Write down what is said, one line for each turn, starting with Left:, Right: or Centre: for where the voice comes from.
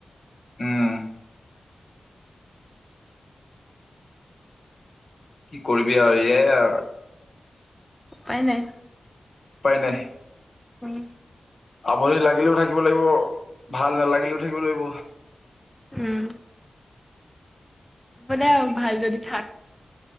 Left: উম কি কৰিবি আৰু এয়াই আৰু
Centre: উপায় নাই
Left: উপায় নাই।
Centre: উম।
Left: আমনি লাগিলেও থাকিব লাগিব, ভাল নালাগিলেও থাকিব লাগিব।
Centre: উম। হ'ব দে ভাল যদি থাক।